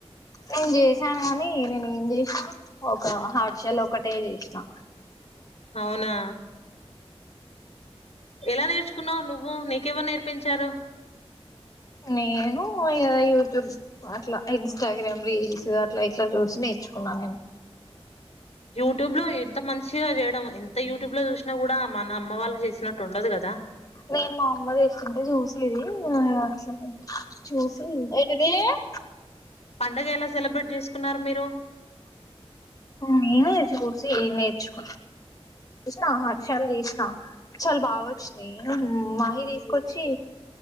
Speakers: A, on the left; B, on the left.
A: నేను జే చేశా గాని నేను ఏం చేసినా ఒక అరిసెలు ఒకటే చేసినా
B: అవునా ఎలా నేర్చుకున్నావు నువ్వు నీకెవరు నేర్పించారు
A: నేను యూట్యూబ్ అట్లా ఇన్స్టాగ్రామ్ రీల్స్ అట్లా ఇట్లా చూసి నే చుకున్న
B: యూట్యూబ్ లో ఎంత మంచిగా చేయడం ఎంత యూట్యూబ్ లో చూసినా కూడా మన అమ్మ వాళ్ళు చేసినట్టు ఉండదు కదా
A: నేను మా అమ్మ చేస్తుంటే చూసేది అసలు చూసి ఏంటిది అ <inaudible>
B: పండగ ఎలా సెలబ్రేట్ చేసుకున్నారు మీరు
A: మేమే చుసి నేర్చుకున్న చేసిన అరిసెలు చేసినా చాలా బాగా వచ్చినాయి మాహీ తీసుకొచ్చి